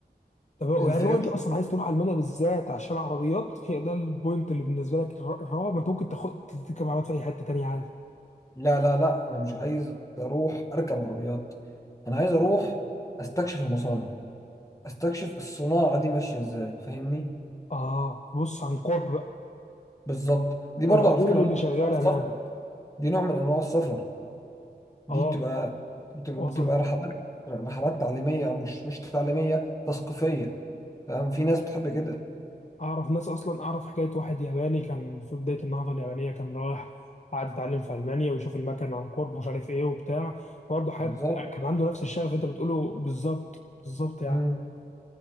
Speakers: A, on the left; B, on the left.
A: طب
B: الفئه
A: يعني هو انت اصلا عايز تروح المانيا بالذات عشان العربيات هي ده البوينت اللي بالنسبه لك الر- الرابع ما انت ممكن تاخد تركب عربيات في اي حته تانيه عادي
B: لا لا لا انا مش عايز اروح اركب عربيات انا عايز اروح استكشف المصانع استكشف الصناعه دي ماشيه ازاي فاهمني
A: اه بص عن قرب بقى
B: بالظبط دي برضو
A: والعقول
B: على فكره نوع
A: اللي
B: من
A: شغاله
B: انواع السفر
A: هناك
B: دي نوع من انواع السفر دي
A: اه
B: بتبقى بتبقى,
A: وصل
B: بتبقى رحلات رحلات تعليميه او مش مش تعليميه تثقيفيه تمام في ناس بتحب كده
A: اعرف ناس اصلا اعرف حكايه واحد ياباني كان في بدايه النهضه اليابانيه كان رايح قعد يتعلم في المانيا ويشوف المكن عن قرب ومش عارف ايه وبتاع برضه حاجات
B: بالظبط
A: كان عنده نفس الشغف اللي انت بتقوله بالظبط بالظبط يعني
B: مم.